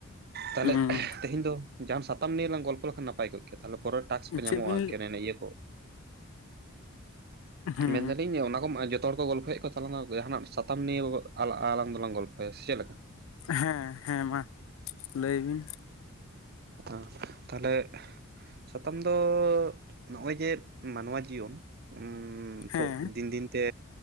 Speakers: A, on the right; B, on the left.
A: ᱛᱟᱦᱞᱮ
B: ᱦᱩᱸ
A: ᱛᱮᱦᱮᱧ ᱫᱚ ᱡᱟᱦᱟᱸᱱ ᱥᱟᱛᱟᱢ ᱱᱤᱭᱮ ᱞᱟᱝ ᱜᱚᱞᱯᱚ ᱞᱮᱠᱷᱟᱱ ᱱᱟᱯᱟᱭ ᱠᱚᱜ ᱠᱮᱭᱟ ᱛᱟᱦᱚᱞᱮ ᱯᱚᱨᱮᱨ ᱴᱟᱠᱥ ᱠᱚ ᱧᱟᱢᱚᱜᱼᱟ
B: ᱪᱮᱫ ᱵᱤᱱ
A: ᱠᱮ <unintelligible> ᱤᱭᱟᱹ ᱠᱚ
B: ᱦᱩᱸ
A: ᱢᱮᱱ ᱫᱟᱞᱤᱧ ᱚᱱᱟ ᱠᱚ ᱡᱚᱛᱚ ᱦᱚᱲ ᱠᱚ ᱜᱚᱞᱯᱷᱚᱭᱮᱫ ᱠᱚ ᱛᱟᱞᱟᱝ ᱡᱟᱦᱟᱸᱱᱟᱜ ᱥᱟᱛᱟᱢ ᱱᱤᱭᱮ ᱟ ᱟᱞᱟᱝ ᱫᱚᱞᱟᱝ ᱜᱚᱞᱯᱚ ᱦᱳᱭ ᱥᱮ ᱪᱮᱫ ᱞᱮᱠᱟ?
B: ᱦᱮᱸ ᱦᱮᱸ ᱢᱟ ᱞᱟᱹᱭ ᱵᱤᱱ
A: ᱚ ᱛᱟᱦᱞᱮ ᱥᱟᱛᱟᱢ ᱫᱚ ᱱᱚᱜᱼᱚᱭ ᱡᱮ ᱢᱟᱱᱣᱟ ᱡᱤᱭᱚᱱ ᱩ ᱛᱷᱳ
B: ᱦᱮᱸ
A: ᱫᱤᱱ ᱫᱤᱱᱛᱮ